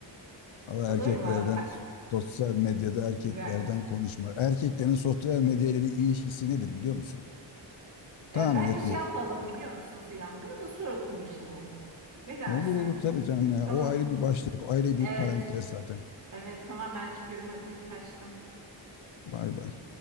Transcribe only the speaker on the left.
Allah
erkeklerden
sosyal medyada erkeklerden
konuşma. Erkeklerin sosyal medyayla ilişkisi nedir biliyor musun? Tahmin
et
nedir?
Olur olur tabii canım ya.
O ayrı bir başlık. O ayrı bir
parantez zaten.
Bay bay.